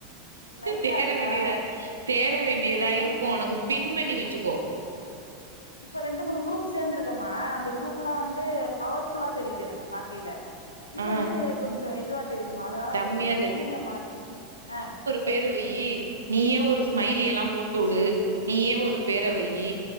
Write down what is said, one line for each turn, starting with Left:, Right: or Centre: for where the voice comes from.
Left: லைட்டா
Right: தேட
Left: இருக்கா
Right: வேண்டியதா தேட வேண்டியதா
Left: ஆ
Right: இருக்கும் ஒனக்கு பின்பன்னி வச்சுக்கோ
Left: இப்ப ரெண்டு மூணு குரூப் சேந்திருக்கம்மா அந்த குரூப்ல்லா வந்து பவர்ஃபுல்லா தெரியுது எனக்கு பாக்கையில இது
Right: ஆ
Left: வந்து கொஞ்சொ இதுவா தெரியுதுமா அதனால
Right: டம்மியா
Left: கொஞ்சொ ஹெட்டிங்க மாத் அ
Right: பேருவையீ நீயே ஒரு ஸ்மைலி எல்லாம் போட்டு வுடு நீயே ஒரு பேரவையீ